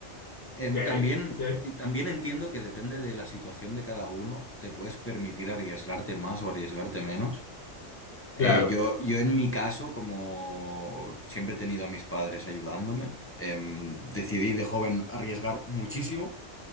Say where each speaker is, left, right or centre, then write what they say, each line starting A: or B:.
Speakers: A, on the left; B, on the left.
A: Em,
B: Ok,
A: también,
B: ok.
A: y también entiendo que depende de la situación de cada uno, te puedes permitir arriesgarte más o arriesgarte menos. Eh,
B: Claro.
A: yo, yo en mi caso, como siempre he tenido a mis padres ayudándome, em, decidí de joven arriesgar muchísimo.